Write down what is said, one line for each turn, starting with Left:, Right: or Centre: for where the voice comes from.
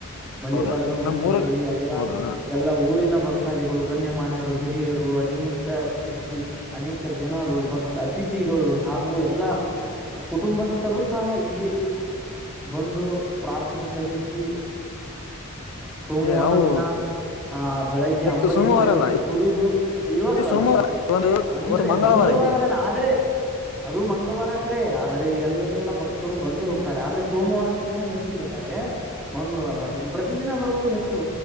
Centre: ಮಲ್ಲಿಕಾರ್ಜುನ್
Left: ಹೌದಾ
Centre: ಮಂದಿರದಲ್ಲಿ
Left: ನಮ್ ಮೂರ
Centre: ಎಲ್ಲಾ
Left: ಹೌದಾ
Centre: ಎಲ್ಲಾ ಊರಿನ ಭಕ್ ಭಕ್ತಾದಿಗಳು ಗಣ್ಯಮನ್ಯರು ಹಿರಿಯರು ಅನೇಕ ಜಿ ಅನೇಕ ಜನರು ಬ ಅತಿಥಿಗಳು ಹಾಗೂ ಎಲ್ಲ ಕುಟುಂಬಸ್ಥರು ಸಹ ಇಲ್ಲಿ ಬಂದು ಪ್ರಾರ್ಥನೆ ಸಲ್ಲಿಸಿ ಸೋಮವಾರ
Left: ನಾವು
Centre: ದಿನ ಆ
Left: ಇವತ್ತು
Centre: ಅಂಬಲಿ
Left: ಸೋಮವಾರ
Centre: ಮಾಡಿಸಿ
Left: ಅಲ್ಲ
Centre: ಕುಡುದು ಇವತ್ತು
Left: ಸೋಮವಾರ
Centre: ಅಲ್ಲ
Left: ಒಂದು
Centre: ಅಂದ್ರೆ
Left: ಇವತ್ತು ಮಂಗಳವಾರ
Centre: ಮಂಗಳವಾರದ
Left: ಇದೆ
Centre: ಆದ್ರೆ ಅದು ಮಂಗಳವಾರ ಕರೆ ಆದ್ರೆ ಎಲ್ಲಾ ಭಕ್ತರು ಬಂದು ಹೋಗ್ತಾರೆ ಆದ್ರೆ ಸೋಮವಾರಷ್ಟು ದಿನ ಹೆಚ್ಚು ಇರುತ್ತಾರೆ ಮಂಗಳವಾರ ಆ ದಿನ ಪ್ರತಿ ಪ್ರತಿದಿನ ಬರುವವರು ಹೆಚ್ಚು